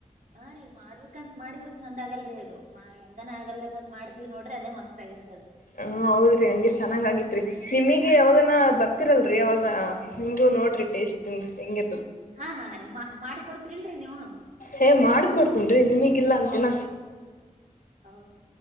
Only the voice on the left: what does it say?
ಹಾ ಹೌದ್ರಿ ಹಂಗೆ ಚೆನ್ನಾಗ್ ಆಗಿತ್ರಿ ನಿಮಗೆ ಯಾವಗ ಬರ್ತಿರಲ್ರರಿ ಅವಾಗ ನಿಮಗೂ ನೋಡ್ರಿ ಟೇಸ್ಟ್ ಹೆಂಗಿ
ಹೇ ಮಾಡ್ಕೊಡ್ತೀನ್ ರೀ ನಿಮಿಗಿಲ್ಲ ಅಂತಿನ